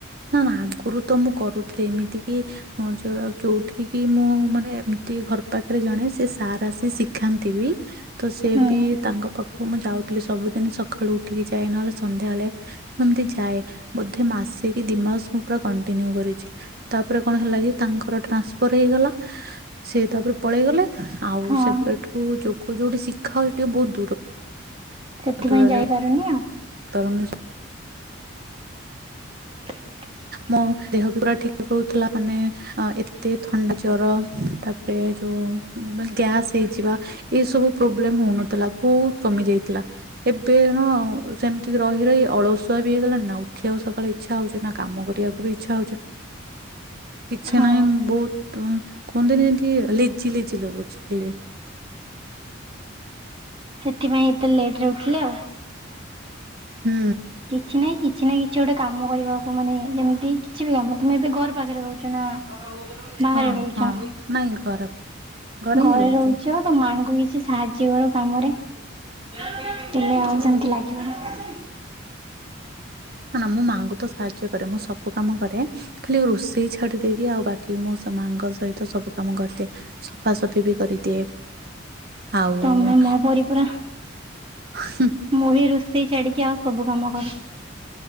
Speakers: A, on the right (about 50°); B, on the right (about 25°).
A: ନା ନା ଆଗରୁ ତ ମୁଁ କରୁଥିଲି ଏମିତି କି ମୁଁ ଯଉ ଯୋଉଠି କିି ମୁଁ ମାନେ ଏମିତି ଘର ପାଖରେ ଜଣେ ସେ ସାର୍ ଆସି ଶିଖାନ୍ତି ବି। ତ ସେ
B: ହୁଁ
A: ବି ତାଙ୍କ ପାଖକୁ ମୁଁ ଯାଉଥିଲି ସବୁଦିନ ସକାଳୁ ଉଠିକି ଯାଏ ନହେଲେ ସନ୍ଧ୍ୟାବେଳେ। ମୁଁ ଏମିତି ଯାଏ ବୋଧେ ମାସ ଏ କି ଦି ମାସ ମୁଁ ପୁରା କଣ୍ଟିନିଉ କରିଛି ତାପରେ କଣ ହେଲା କି ତାଙ୍କର ଟ୍ରାନ୍ସଫର ହେଇଗଲା। ସେ ତାପରେ ପଳେଇଗଲେ ଆଉ
B: ହଁ
A: ସେବେଠୁ ଯୋଗ ଯୋଉଠି ଶିଖା ହଉଛି ଟିକେ ବହୁତ ଦୂର।
B: ସେଥିପାଇଁ
A: ଦୂରରେ
B: ଯାଇପାରୁନି ଆଉ।
A: <unintelligible>
B: ହ <unintelligible>
A: ମୋ ଦେହ ବି ପୁରା ଠିକ ରହୁଥିଲା ମାନେ। ଅ ଏତେ ଥଣ୍ଡା ଜର ତାପରେ ଯୋଉ ଉଁ ଗ୍ୟାସ୍ ହେଇଯିବା। ଏ ସବୁ ପ୍ରୋବ୍ଲେମ ହଉନଥିଲା ବହୁତ କମି ଯାଇଥିଲା। ଏବେ ହଁ ସେମିତି ରହି ରହି ଅଳସୁଆ ବି ହେଇଗଲାଣି ନା ଉଠିବାକୁ ସକାଳେ ଇଚ୍ଛା ହଉଛି ନା କାମ କରିବାକୁ ବି ଇଚ୍ଛା ହଉଛି। କିଛି
B: ହଁ।
A: ନାହିଁ ବହୁତୁ କୁହନ୍ତିନି ଯେମିତି ଲେଜି ଲେଜି ଲାଗୁଛି ଖାଲି।
B: ସେଥିପାଇଁ ଏତେ ଲେଟ ରେ ଉଠିଲେ ଆଉ।
A: ହୁଁ।
B: କିଛି ନାହିଁ କିଛି ନା କିଛି ଗୋଟେ କାମ କରିବାକୁ ମାନେ ଯେମିତି। କିଛି ବି କାମ ତୁମେ ଏବେ ଘର ପାଖରେ ରହୁଛ ନା। ବାହାରେ
A: ହଁ
B: ରହୁଛ।
A: ହଁ ନାଇଁ ଖରାପ
B: ଘରେ
A: ହିଁ ରହୁଛି
B: ରହୁଛ। ମାଙ୍କୁ କିଛି ସାହାଯ୍ୟ କର କାମରେ ହେଲେ ଆଉ ସେମିତି ଲାଗିବନି।
A: ନା ନା ମୁଁ ମାଆଙ୍କୁ ତ ସାହାଯ୍ୟ କରେ। ମୁଁ ସବୁ କାମ କରେ। ଖାଲି ରୋଷେଇ ଛାଡି ଦେଇକି ଆଉ ବାକି ମୁଁ ସା ମାଆଙ୍କ ସହିତ ସବୁ କାମ କରିଦିଏ। ସଫାସଫି ବି କରିଦିଏ। ଆଉ
B: ତମେ ମୋ ପରି ପୁରା
A: ହୁଁ।
B: ମୁଁ ବି ରୋଷେଇ ଛାଡ଼ିକି ଆଉ ସବୁ କାମ କରେ।